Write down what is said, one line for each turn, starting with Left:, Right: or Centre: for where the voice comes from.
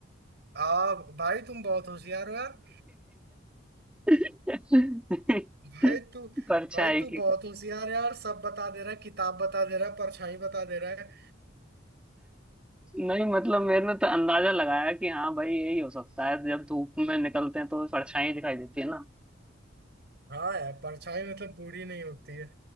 Right: आ भाई तुम बहुत होशियार हो यार
Centre: <laughs>
Right: भाई तू
Centre: परछाई
Right: भाई तू
Centre: की
Right: बहुत होशियार है यार सब बता दे रहा है किताब बता दे रहा है परछाई बता दे रहा है
Centre: नहीं मतलब मैंने तो अंदाजा लगाया कि हाँ भाई यही हो सकता है जब धूप में निकलते हैं तो परछाई दिखाई देती है ना
Right: हाँ यार परछाई मतलब पूरी नहीं होती है